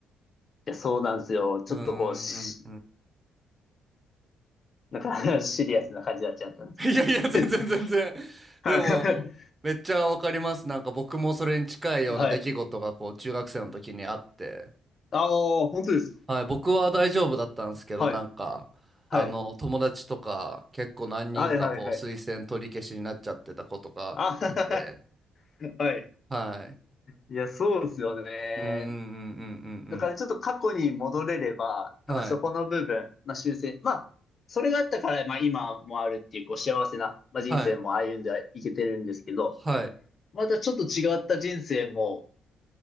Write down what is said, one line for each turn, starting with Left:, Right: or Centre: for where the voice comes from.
Left: いや、そうなんですよ。ちょっとこう、
Right: うーんうんうん。
Left: しなんか <laughs> シリアスな感じになっちゃったんです。
Right: <laughs> いやいや、全然全然。
Left: <laughs> はい。
Right: でも、めっちゃわかります。なんか僕もそれに近いような出来事がこう中学生の時にあって。
Left: はい。ああ、本当ですか。
Right: はい、僕は大丈夫だったんですけど、
Left: <laughs> はい。
Right: なんか、
Left: はい。
Right: あの、友達とか、結構何人か、
Left: はい、はい、
Right: こう、
Left: はい。
Right: 推薦取り消しになっちゃってた子とかいて、
Left: あ <laughs> はい。
Right: はい。
Left: いや、そうですよね。
Right: うんうんうんうんうん
Left: だからちょっと過去に戻れれば、なんかそこの部分、
Right: うん。はい。
Left: まあ修正、まあ、それがあったから、まあ今もあるっていう、こう幸せな、まあ、人生も歩んでいけてるんですけど、
Right: はい。はい。
Left: またちょっと違った人生も、